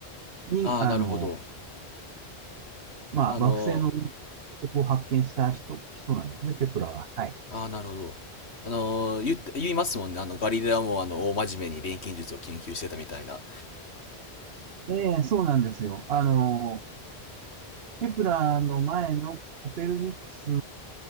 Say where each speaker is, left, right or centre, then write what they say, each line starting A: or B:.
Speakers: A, on the right (about 70°); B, on the left (about 80°).
A: に、
B: ああ、
A: あの、
B: なるほど。
A: まあ惑星の
B: あの、
A: を発見した人、人なんですね、ケプラは。はい。
B: ああ、なるほど。あの、言って、言いますもんね。あの、ガリレオも、あの、大真面目に錬金術を研究してたみたいな。
A: ええ、そうなんですよ。あの、ケプラーの前のコペルニクス